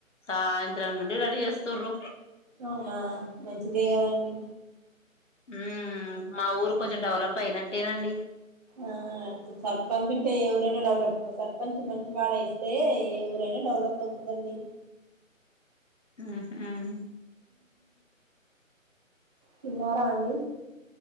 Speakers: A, on the left; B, on the right.
A: సాయంత్రం ముండి రెడీ చేస్తుర్రు
B: అవునా మంచిదే కదాండి
A: ఉ మా ఊరు కొంచెం డెవలప్ అయినట్టేనండి
B: ఆ సర్పంచ్ ఉంటే ఏ ఊరైనా డెవలప్ సర్పంచ్ మంచి వాడు అయితే ఏ ఊరైనా డెవలప్ అవుతుందిీ
A: ఉహు
B: తిన్నార అండి